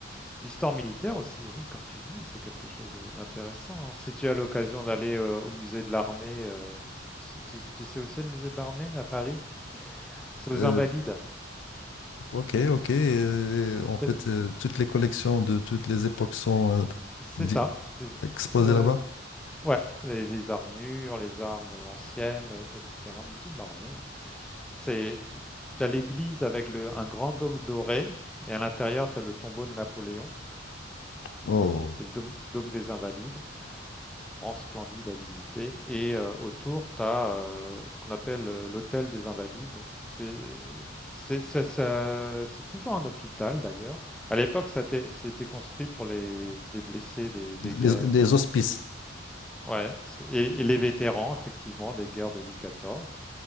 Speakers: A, in the centre; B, on the left.
A: L'histoire militaire aussi, oui, comme tu dis, c'est quelque chose de- d'intéressant. hein. Si tu as l'occasion d'aller euh, au musée de l'armée, euh, tu, sais tu sais- tu sais où c'est le musée de l'armée à Paris? C'est aux
B: Euh,
A: Invalides.
B: ok, ok. euh, en
A: Peut-être-
B: fait, euh, toutes les collections de toutes les époques sont euh,
A: C'est
B: di-
A: ça. Des-
B: exposées
A: euh,
B: là-bas.
A: ouais, les, les armures, les armes anciennes, euh, etc. Musée de l'armée. hein. C'est, tu as l'église avec le, un grand dôme doré et à l'intérieur, tu as le tombeau de Napoléon.
B: Oh,
A: C'est le dôme, dôme des Invalides. grand splendide à visiter. Et euh, autour, tu as euh, ce qu'on appelle euh, l'hôtel des Invalides. C'est c'est- c'est- ça- c'est toujours un hôpital d'ailleurs. À l'époque, ça a été construit pour les, les blessés des, des guerres.
B: les, les
A: euh.
B: hospices.
A: Ouais, c'est- et, et les vétérans, effectivement, des guerres de Louis XIV.